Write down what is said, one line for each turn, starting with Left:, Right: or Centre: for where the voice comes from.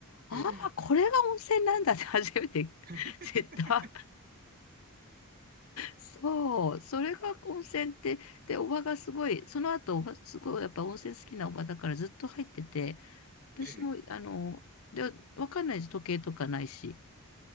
Left: ああ、
Right: ええ。
Left: これが温泉なんだって <laughs> 初めて
Right: <laughs>
Left: <laughs> 知った。そう、それが温泉って、で、おばがすごい、その後、おばすごいやっぱ温泉好きなおばだからずっと入ってて、私も、
Right: ええ。
Left: あの、で、わかんないです、時計とかないし。